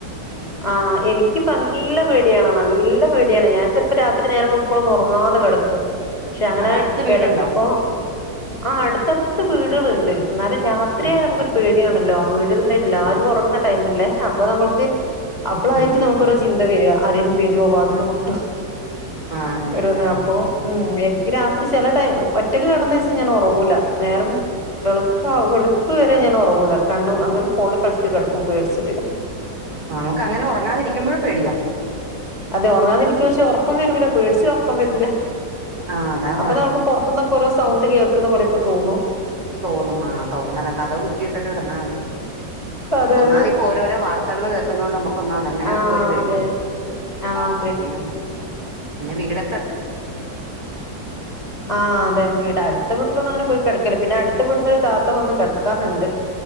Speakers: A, on the right (about 55°); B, on the left (about 20°).
A: ഉം
B: ആ
A: ഉം
B: എനിക്കിപ്പ നല്ല പേടിയാണ് നല്ല പേടി ഞാൻ ചിലപ്പോ രാത്രി നേരം വെളുക്കുവോളം ഉറങ്ങാതെ കെടക്കും പക്ഷെ അങ്ങനെ
A: അപ്പൊ അടുത്ത്
B: കിടക്ക്
A: വീടുണ്ടോ
B: ഇപ്പൊ ആ അടുത്തടുത്ത് വീടുകളുണ്ട് എന്നാലും രാത്രിയ
A: ആ ആ
B: നമുക്കൊരു പേടിയാണല്ലോ ആ വീടുകള ഉണ്ടായിട്ടില്ല
A: ആ
B: ആരും
A: അതെ
B: ഉറങ്ങുന്ന ടൈം അല്ലേ അപ്പൊ നമ്മുക്ക് അപ്പളായിരിക്കും
A: ആ ആ
B: നമുക്കൊരോ
A: ആ
B: ചിന്ത വരിക ആരേലും വരുവോ വാതില് മുട്ടുവോ
A: ആ അങ്ങനെയൊക്കെ
B: ഒരോന്ന്
A: അത്
B: അപ്പേ
A: ശരിയാ
B: മ് ഏ രാത്രി ചില ടൈ ഒറ്റക്ക് കിടന്ന ദിവസം ഞാൻ ഉറങ്ങൂല നേരം വെളുക്കാ വെളുപ്പ് വരെ ഞാൻ ഉറങ്ങൂല്ല കണ്ണും അങ്ങനെ പോളുംകളിച്ചിട്ട് കിടക്കും പേടിച്ചിട്ട്
A: നമുക്ക് അങ്ങനെ ഉറങ്ങാതിരിക്കുമ്പോഴും പേടിയാ
B: അതെ ഉറങ്ങാതിരിക്കുവ പക്ഷെ ഉറക്കം വരൂല പേടിച്ചിട്ട് ഉറക്കം വരൂല
A: ആ അതാ
B: അപ്പൊ
A: പാട്
B: നമുക്ക് പുറത്തുന്നൊക്കെ ഓരോ സൗണ്ട് കേ <unintelligible> പോലെയൊക്കെ തോനു
A: തോന്നും ആ തോന്നല്ല കതവ് കുറ്റി ഇട്ടിട്ട് കെടന്നാ മതി
B: അതെ
A: ഒന്നാമതി
B: അതെ
A: ഇപ്പൊ ഓരോരോ വാർത്തകൾ കേൾക്കുന്ന കൊണ്ട് നമു അങ്ങനെയൊക്കെ
B: ആഹ്
A: ഒരു പേടിയാ
B: അതെ ആഹ്
A: ആ പിന്നോ പിന്നെ വീട
B: ആ അതെ വീട് അടുത്ത വീട്ടിലന്നാണെ പോയി കിടക്ക പിന്നെ അടുത്ത വീട്ട്ന്ന് ഒരു താത്ത വന്ന്ന് കിടക്കാറ്ണ്ട്